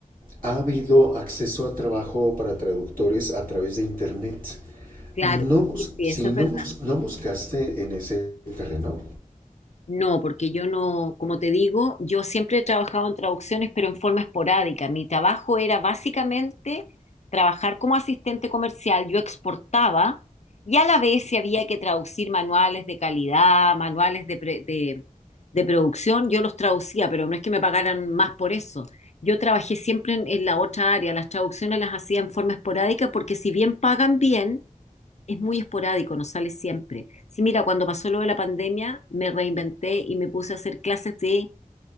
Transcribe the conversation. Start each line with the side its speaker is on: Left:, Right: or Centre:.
Right: ha habido acceso a trabajo para traductores a través de Internet.
Left: Claro,
Right: No,
Left: sí, sí,
Right: si
Left: eso es
Right: no,
Left: verdad.
Right: bus- no buscaste en ese terreno.
Left: No, porque yo no, como te digo, yo siempre he trabajado en traducciones, pero en forma esporádica. Mi trabajo era básicamente trabajar como asistente comercial. Yo exportaba y a la vez si había que traducir manuales de calidad, manuales de, pre- de- de producción, yo los traducía, pero no es que me pagaran más por eso. Yo trabajé siempre en en la otra área. Las traducciones las hacía en forma esporádica porque si bien pagan bien, es muy esporádico, no sale siempre. Sí, mira, cuando pasó lo de la pandemia, me reinventé y me puse a hacer clases de